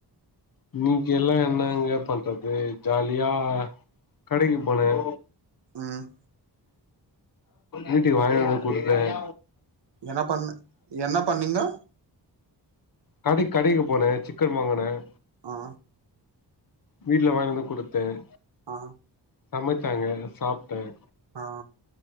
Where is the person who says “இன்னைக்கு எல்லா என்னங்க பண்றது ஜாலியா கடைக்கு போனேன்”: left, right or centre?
Left